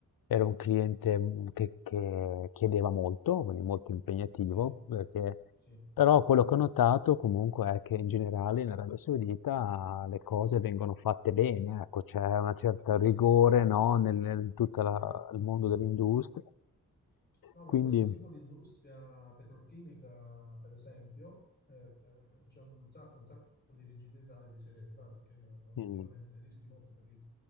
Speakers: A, on the left; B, on the left.
A: Era un cliente, mhmm, che che chiedeva molto, quindi molto impegnativo,
B: sì,
A: perché
B: sì,
A: però quello che ho notato comunque è che in generale in Arabia Saudita le cose vengono fatte bene, ecco, c'è una certa rigore,
B: sì, sì, sì, sì.
A: no, nel nel tutta la
B: Sì.
A: il mondo dell'industria.
B: No,
A: Quindi
B: ma in questo tipo di industria petrolchimica, per esempio, eh, c'è un sacco, un sacco di rigidità e di serietà perché eh, obiettivamente
A: mh.
B: rischi molto, capito?